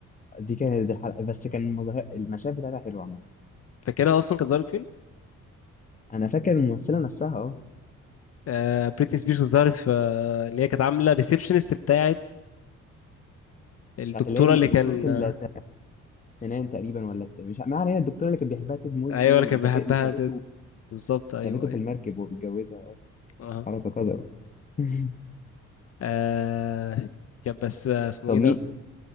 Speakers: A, on the left; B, on the left.
A: دي كانت الحلقه بس كان المظاهر المشاهد بتاعتها حلوه عامه
B: فاكرها اصلا كانت ظهرت
A: انا فاكر الممثله نفسها اه
B: آه، بريتني سبيرز ظهرت في آه، اللي هي كانت عامله ريسبشنست بتاعت الدكتوره
A: بتاعت اللي هي الم-
B: اللي
A: دكتوره
B: كان
A: ال-
B: آه،
A: السنان تقريبا ولا الت- مش ما علينا الدكتوره اللي كانت بيحبها تيد موزبي
B: ايوه اللي
A: وسابته
B: كان بيحبها
A: وسابته
B: بالظبط ايوه
A: سابته في
B: ايوه
A: المركب وبيتجوزها اه
B: اه
A: حركه قذره <laughs>
B: آه، كان بس آه، اسمه
A: طب
B: ايه
A: مين
B: ده